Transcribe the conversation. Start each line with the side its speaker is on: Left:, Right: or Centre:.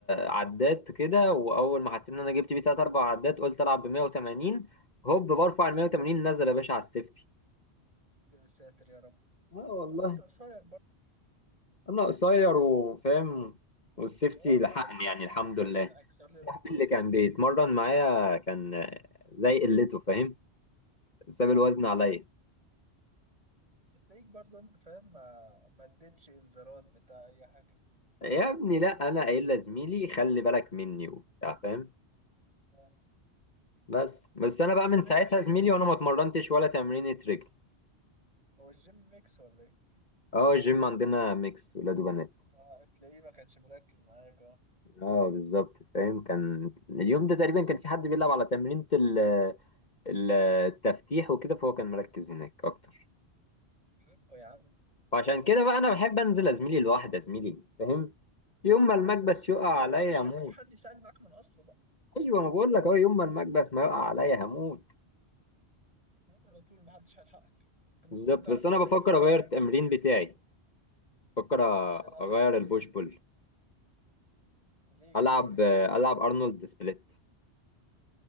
Left: عدات كده واول ما حسيت ان انا جبت بيه تلات اربع عدات قلت العب ب 180 هوب برفع ال 180 نزل يا باشا على السيفتي
Right: يا ساتر يا رب
Left: اه والله
Right: اه انت قصير برضه
Left: انا قصير وفاهم والسيفتي
Right: اه
Left: لحقني
Right: انما السيفتي
Left: يعني الحمد
Right: عندي
Left: لله
Right: مثلا هكسر لي ركبتي
Left: صاحبي اللي
Right: فيها
Left: كان بيتمرن معايا كان آه، زي قلته فاهم ساب
Right: اه
Left: الوزن عليا
Right: بتلاقيك برضو انت فاهم ما ما اديتش انذارات بتاع اي حاجه
Left: يا ابني لا انا قايل لزميلي خلي بالك مني وبتاع فاهم
Right: اه
Left: بس بس انا
Right: الجيم
Left: بقى من
Right: ميكس
Left: ساعتها
Right: ولا
Left: زميلي
Right: ايه
Left: وانا ما اتمرنتش ولا تمرينة رجل
Right: هو الجيم ميكس ولا ايه
Left: اه الجيم عندنا ميكس ولاد وبنات
Right: اه تلاقيه ما كانش مركز معاك اه
Left: اه بالظبط فاهم كان اليوم ده تقريبا كان في حد بيلعب على تمرينة ال- ال- التفتيح وكده فهو كان مركز هناك اكتر
Right: حقه يا عم
Left: فعشان كده بقى انا بحب انزل ازميلي لوحدي ازميلي فاهم يوم ما المكبس
Right: ما انت بتنزل
Left: يقع
Right: لوحدك
Left: عليا
Right: بقى مش
Left: هموت
Right: هيبقى في حد يساعد معاك من اصله بقى
Left: ايوه ما بقول لك اهو يوم ما المكبس ما يقع عليا هموت
Right: هتموت على طول ما حدش هيلحقك تموت
Left: بالظبط
Right: موتة
Left: بس
Right: وانت
Left: انا
Right: واقف
Left: بفكر
Right: كده
Left: اغير
Right: شامخ
Left: التمرين بتاعي بفكر
Right: هتلعب
Left: اغير
Right: ايه
Left: البوش بول
Right: ليه
Left: العب
Right: كده
Left: العب ارنولد سبليت